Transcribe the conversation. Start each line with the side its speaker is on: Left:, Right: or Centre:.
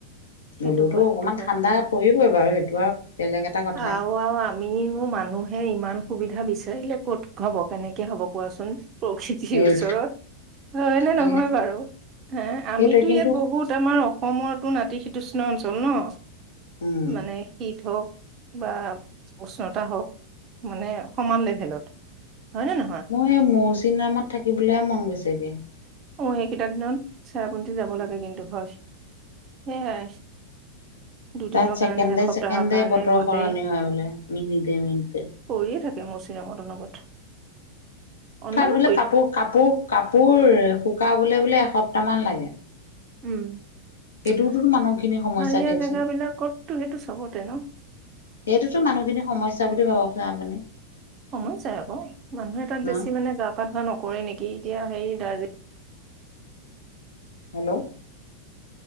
Right: সেইটো
Left: হলোতো
Right: হয়,
Left: অকণমান
Right: সেইটো হয়।
Left: ঠাণ্ডা পৰিবই বাৰু সেইটো আৰু বেলেগ এটা কথা
Right: আৰু আৰু আমিনো মানুহে ইমান সুবিধা বিচাৰিলে ক'ত হ'ব কেনেকে হ'ব কোৱাচোন প্ৰকৃতিৰ
Left: এই
Right: ওচৰত, হয় নে
Left: সেইটোৱে
Right: নহয় বাৰু সে আমিতো
Left: সেইটোৱে কিন্তু
Right: ইয়াত বহুত আমাৰ অসমতো নাতি শ তৃষ্ণ অঞ্চল ন
Left: উম
Right: মানে শীত হওক। বা উষ্ণতা হওক মানে সমান লেভেলত। হয় নে নহয়
Left: মোৰ সে মৌচিগ্ৰামত থাকিবলৈহে মন গৈছেগে।
Right: অ এইকেইটা দিনত চেৰাপুঞ্জী যাব
Left: উম
Right: লাগে কিন্তু হয়। সেই এয়াই, দুদিনৰ
Left: তাত ছেকেণ্ডে
Right: কাৰণে এসপ্তাহৰ
Left: ছেকেণ্ডে
Right: কাৰণে
Left: বতৰ
Right: গলে
Left: সলনি হয় বোলে মিনিটে মিনিটে
Right: পৰি থাকে মৌচিগ্ৰাৰমত অনবত অনবৰত
Left: তাত বোলে কাপোৰ কাপোৰ কাপোৰ শুকাবলৈ বোলে এসপ্তাহ মান লাগে।
Right: উম,
Left: সেইটোতো
Right: পাহাৰীয়া
Left: মানুহখিনি সমস্যা দিয়কচোন
Right: জেগাবলাক কটো সেইটো চবতে ন।
Left: সেইটোতো মানুহখিনি সমস্যা বুলি ভাবচোন আপুনি।
Right: সমস্যাই আকৌ মানুহে তাত
Left: ন
Right: বেছি মানে গা পা ধোৱা নকৰে নেকি এতিয়া হে Darjeeling
Left: hello,